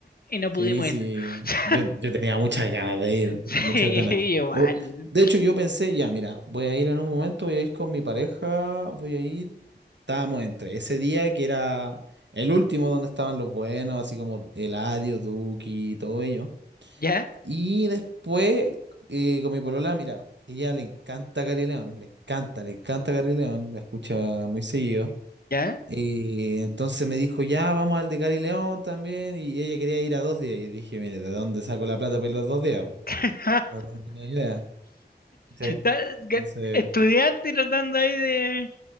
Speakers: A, on the left; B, on the right.
A: y no
B: Sí,
A: pudimos
B: sí,
A: ir. <laughs>
B: yo, yo tenía muchas ganas de ir,
A: Sí,
B: muchas ganas.
A: igual.
B: O, de hecho, yo pensé, ya, mira, voy a ir en un momento, voy a ir con mi pareja, voy a ir. Estábamos entre ese día que era el último donde estaban los buenos, así como Eladio, Duki, todo ello.
A: ¿Ya?
B: Y después, eh, con mi polola, mira, ella le encanta Gary León, le encanta, le encanta Gary León, la escucha muy seguido.
A: ¿Ya?
B: Y entonces me dijo, ya, vamos al de Cari León también. Y ella quería ir a dos días. Y yo dije, mire, ¿de dónde saco la plata para ir los dos días?
A: <laughs>
B: No tenía idea. Sí.
A: Ta- que-
B: Entonces,
A: Estudiante tratando ahí de,